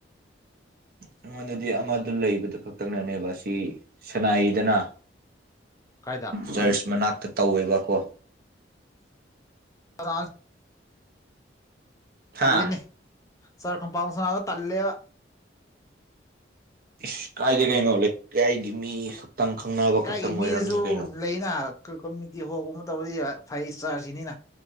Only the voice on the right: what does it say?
ꯑꯩꯉꯣꯟꯗꯗꯤ ꯑꯃꯗꯨ ꯂꯩꯕꯗꯨ ꯈꯛꯇꯪꯅꯅꯦꯕ ꯑꯁꯤ ꯁꯅꯥꯏꯗꯅ
ꯆꯔꯆ ꯃꯅꯥꯛꯇ ꯇꯧꯋꯦꯕꯀꯣ
ꯍꯥ
ꯏꯁ! ꯀꯥꯏꯗꯦ ꯀꯩꯅꯣ ꯂꯩꯀꯥꯏꯗꯤ ꯃꯤ ꯈꯛꯇꯪ ꯈꯪꯅꯕ
ꯈꯛꯇꯪ ꯑꯣꯏꯔꯝꯅꯤ
ꯀꯩꯅꯣ꯫